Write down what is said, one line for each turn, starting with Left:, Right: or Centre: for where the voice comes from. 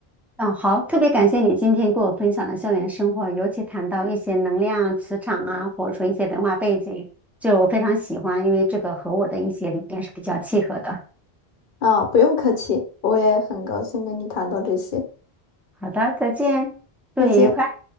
Centre: 嗯，好，特别感谢你今天跟我分享的校园生活，尤其谈到一些能量、磁场啊，或者说一些文化背景，就我非常喜欢，因为这个和我的一些理念是比较契合的。
Left: 啊、不用客气，我也很高兴跟你谈到这些，
Centre: 好的，再见，祝你愉快。
Left: 再见。